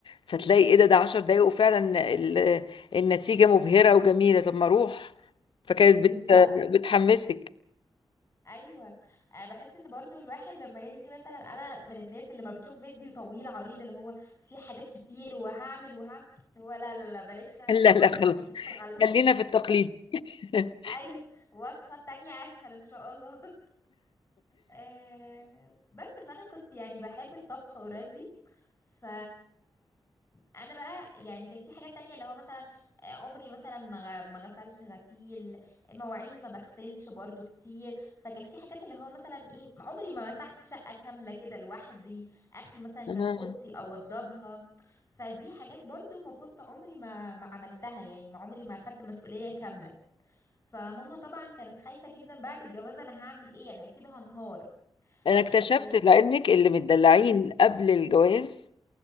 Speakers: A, on the left (about 70°); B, on the left (about 30°).
A: فتلاقي ايه ده ده 10 دقايق وفعلا ال- النتيجه مبهره وجميله طب ما اروح فكانت
B: بالظبط
A: بت بتحمسك
B: ايوه أه، بحس ان برضو الواحد لما يجي مثلا انا من الناس اللي ما بتشوف فيديو طويل عريض اللي هو فيه حاجات كتير وهعمل وهعمل اللي هو لا لا لا بلاش
A: <laughs>
B: نعمل
A: لا
B: الوصفه
A: لا خلاص
B: دي ندخل على <laughs>
A: خلينا في التقليد <laughs>
B: ايوه وصفه تانية اسهل ان شاء الله آه بس فانا كنت يعني بحب الطبخ اوريدي ف انا بقى يعني كانت في حاجات تانية اللي هو مثلا آه، عمري مثلا ما غ- ما غسلت غسيل مواعين ما بغسلش برضو كتير فكانت في حاجات اللي هو مثلا ايه عمري ما مسحت شقة كاملة كده لوحدي اخري مثلا
A: آه.
B: كانت اوضتي اوضبها فدي حاجات برضو ما كنت عمري ما ما عملتها يعني ما عمري ما خدت مسؤولية كاملة فماما طبعا كانت خايفة جدا بعد الجواز انا هعمل ايه انا اكيد هنهار
A: انا اكتشفت
B: إيه،
A: لعلمك اللي متدلعين قبل الجواز